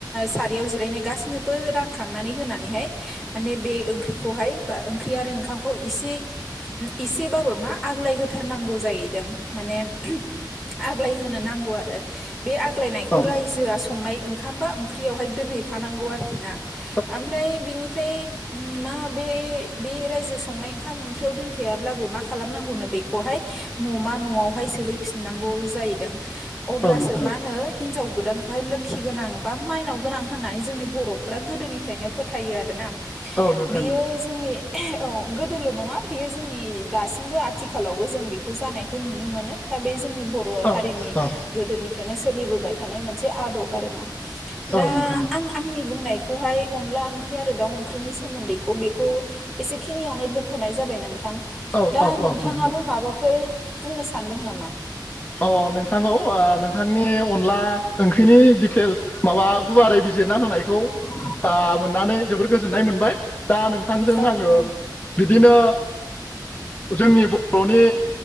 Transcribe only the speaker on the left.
औ
नोंथां
औ
औ नोंथां
औ
औ नोंथां
औ
औ
औ
औ नोंथां
औ औ
औ
औ नोंथां
अ नोंथां औ नोंथांनि अनला ओंख्रिनि दिटेल्स माबा गुवारै बिजिरना होनायखौ मोननानै जोबोर गोजोननाय मोनबाय दा नोंथांजों
आङो
बिदिनो जोंनि बर'नि